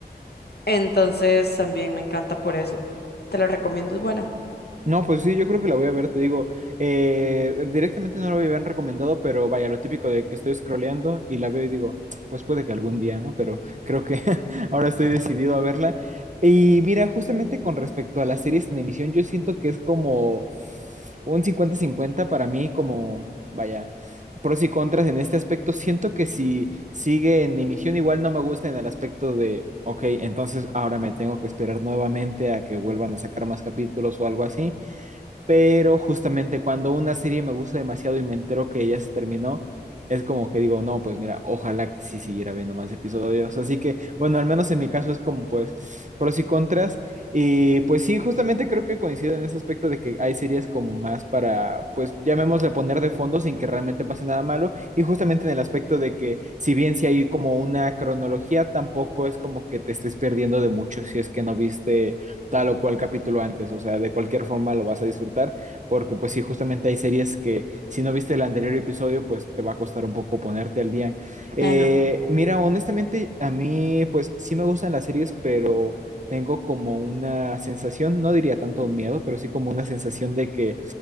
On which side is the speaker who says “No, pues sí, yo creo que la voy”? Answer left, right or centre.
Right